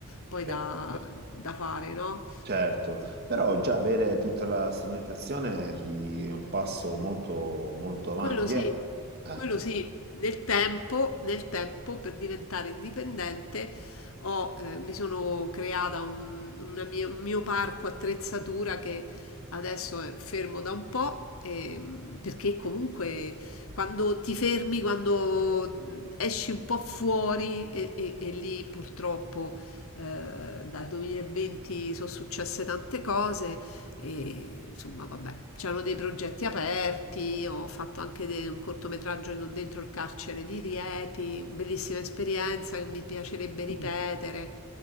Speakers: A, on the left; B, on the right.
A: poi
B: beh,
A: da, da fare, no?
B: certo, però già avere tutta la strumentazione ti- è un passo molto, molto avanti,
A: Quello sì,
B: eh. Eh.
A: quello sì, nel tempo, nel tempo per diventare indipendente ho, eh, mi sono creata un, una mia- un mio parco attrezzatura che adesso è fermo da un po', ehm, perché comunque quando ti fermi, quando mh, esci un po' fuori e, e- e lì purtroppo eh, dal 2020 sono successe tante cose e, insomma, vabbè, c'erano dei progetti aperti, ho fatto anche de- un cortometraggio in- dentro il carcere di Rieti, bellissima esperienza che mi piacerebbe ripetere.